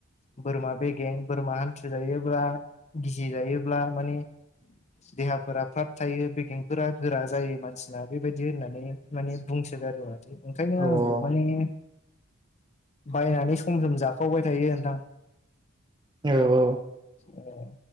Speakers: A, on the left; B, on the right.
A: बोरमा बेगें बोरमा हान्थु जायोब्ला गिसि जायोब्ला माने देहाफोरा फ्राब थायो बेगेंफोरा गोरा जायो मानसिना बेबायदि होननानै माने बुं ओंखायनो आंबो
B: अ औ
A: माने बायना सम सम जाखावबाय थायो नोंथां
B: औ औ
A: अ